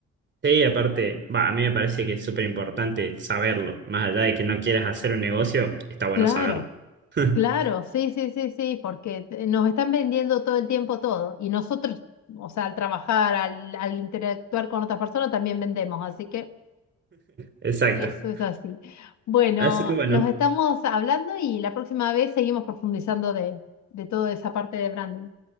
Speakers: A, on the right; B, on the left.
A: Sí, aparte, va, a mí me parece que es súper importante saberlo. Más allá de que no quieras hacer un negocio, está bueno
B: Claro.
A: saberlo. <laughs>
B: Claro, sí, sí, sí, sí, porque te- nos están vendiendo todo el tiempo todo y nosotros, o sea, al trabajar, al, al interactuar con otras personas también vendemos, así que
A: Exacto.
B: eso es así. Bueno,
A: Así que bueno,
B: nos estamos hablando y la próxima vez seguimos profundizando de, de toda esa parte de branding.